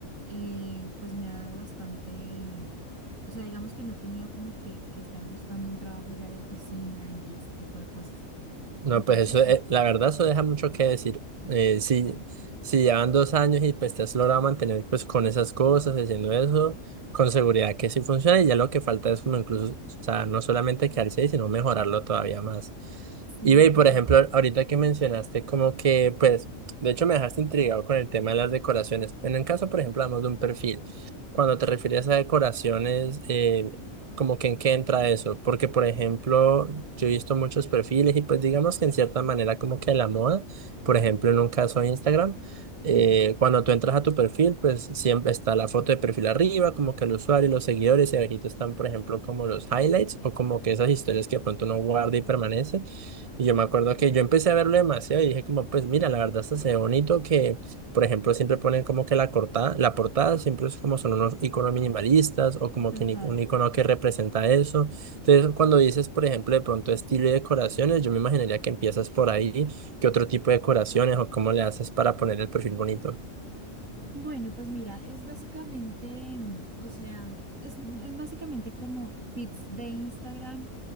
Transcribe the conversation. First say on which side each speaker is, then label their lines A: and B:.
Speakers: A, on the right; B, on the right.
A: eh, pues me ha dado bastante, o sea, digamos que no he tenido como que, que estar buscando un trabajo ya de oficina y ese tipo de cosas.
B: No,
A: Entonces
B: pues eso,
A: sí,
B: eh, la verdad, eso deja mucho que decir. Eh, si,
A: claro.
B: si llevan dos años y pues te has logrado mantener pues con esas cosas, haciendo eso, con seguridad que sí funciona y ya lo que falta es como incluso, o sea, no solamente quedarse ahí, sino mejorarlo todavía más.
A: Sí,
B: Y ve,
A: claro.
B: y, por ejemplo, ahorita que mencionaste como que, pues, de hecho me dejaste intrigado con el tema de las decoraciones. En el caso, por ejemplo, hablamos de un perfil. Cuando te refieres a decoraciones, eh, como que en qué entra eso, porque por ejemplo, yo he visto muchos perfiles y pues digamos que en cierta manera como que la moda, por ejemplo, en un caso de Instagram, eh,
A: Sí,
B: cuando tú entras a tu perfil, pues siempre está la foto de perfil arriba, como que el usuario y los seguidores y abajito están, por ejemplo, como los highlights o como que esas historias que de pronto uno guarda y permanece. Y yo me acuerdo que yo empecé a verlo demasiado y dije como, pues mira, la verdad esto se ve bonito que por ejemplo, siempre ponen como que la cortada, la portada siempre es como son unos iconos minimalistas o como
A: total.
B: que ni- un icono que representa eso. Entonces, cuando dices, por ejemplo, de pronto estilo y decoraciones, yo me imaginaría que empiezas por ahí, ¿qué otro tipo de decoraciones o cómo le haces para poner el perfil bonito?
A: Bueno, pues mira, es básicamente, mm, o sea, es, mm, es básicamente como feeds de Instagram,